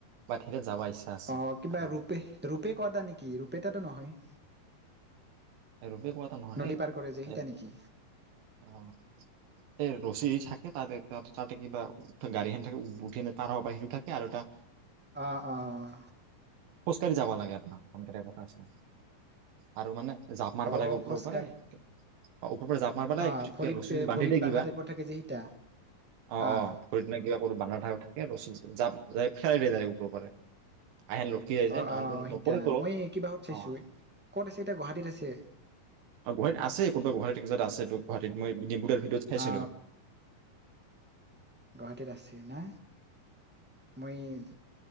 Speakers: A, on the right (about 90°); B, in the centre.
A: বাট যাব ইচ্ছা আছে
B: অ কিবা
A: আৰু
B: ৰূপে-ৰূপে কোৱা এটা নেকি ৰূপে তটো নহয়?
A: ৰপে ক এটা নহয়।
B: নদী
A: এই,
B: পাৰ কৰে যে সিতা
A: এ,
B: নেকি?
A: অহ, এই ৰছি থাকে ততে-ততে কিবা গাঢ়ী থাকে উঠি এনে পাৰ হ পৰা হি থাকে আৰু এটা
B: অহ-অহ
A: কৰি যাব লাগে এটা আনকেইটাই কথা আছে আৰু মানে জাঁপ মাৰব
B: অ',
A: লাগে
B: খোজকাঢ়ি
A: ৰপাৰে অহ ফ পৰা জাপ মাৰিবেলাই
B: অ', ভৰিত
A: ক লুচুদি
B: এ
A: বান্ধি
B: ভৰিত
A: দেই
B: বান্ধা
A: কিবা।
B: টাইপত থাকে যে সিতা
A: অঁ-অঁ
B: অ'।
A: ভৰিতনা কিবা ক'ো বানধা থ থাকে লুী জাঁাপ ফেলাই দ যায় উপৰ পাৰে। আহেন লটকি যায় যে
B: অঁ-অঁ
A: নাহনটো নপৰে
B: সীতা,
A: তলত
B: মই কিবাহত চাইছোঁ
A: অ
B: ক'ত আছে এতিয়া গুৱাহাটীত আছে?
A: গুৱাহাটী আছে, কোনবা গুৱাহাটীত আছে। গুৱাহাটী মই ডিমু ভ চাইছিলোঁ।
B: অ গুৱাহাটীত আছে না? মই স